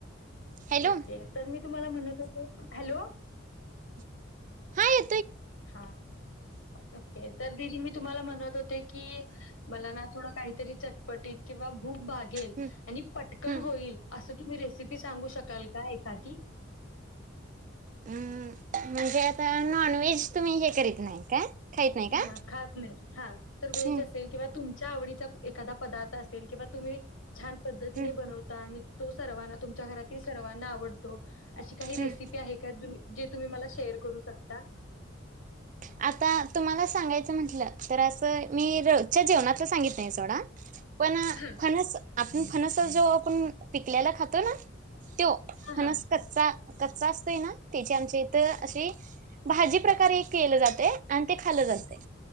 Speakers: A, on the right; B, on the left.
A: हॅलो
B: ओके तर मी तुम्हाला म्हणत होतो हॅलो
A: हा ये
B: हा ओके तर दिदी मी तुम्हाला म्हणत होते की मला ना थोडं काहीतरी चटपटीत किंवा भूक भागेल
A: हम्म
B: आणि पटकन
A: हम्म
B: होईल असं तुम्ही रेसिपी सांगू शकाल काय एखादी
A: म्हणजे आता नॉनव्हेज तुम्ही हे करत नाही काय खाईत नाही
B: हा
A: का
B: खात नाही हा तर व्हेज
A: हम्म
B: असेल किंवा तुम च्या आवडीचा एखादा पदार्थ असेल किंवा तुम्ही छान पद्धतीने
A: हम्म
B: बनवता आणि तो सर्वांना तुमच्या घरात ती सर्वांना आवडतो. अशी काही
A: हम्म
B: रेसिपी आहे की जु जे तुम्ही मला शेअर करू शकता.
A: आता तुम्हाला सांगायचं म्हटलं तर असं मी रोजच्या जेवणात सांगितलं पण
B: हा
A: फणस फणस जो आपण पिकल्याला खातो ना. तो
B: हा
A: फणस
B: हा.
A: कच्चा कच्चा असतोय ना त्याची आमच्या इथं अशी भाजी प्रकारे हे केलं जाते आणि ते खालं जाते